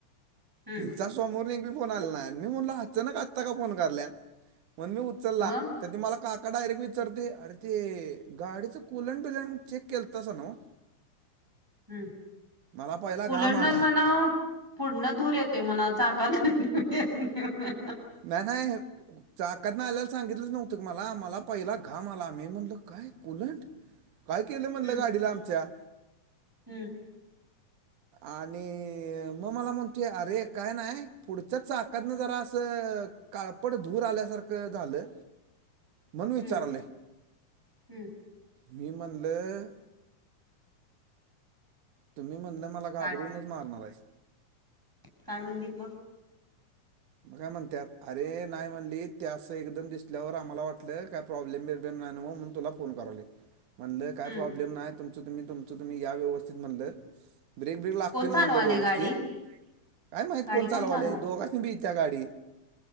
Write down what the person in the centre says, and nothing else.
हम्म
मग
हम्.
कूलनं
म्हणावं पुढंन धूर येतोय म्हणावं चाकतनं धूर येत नाही.
<inaudible>
हम्म
हम्म.
<inaudible>
हम्म हम्म
काय
काय म्हणलित मगं?
हम्म
कोण
चालवालय
गाडी
गाडी
चालव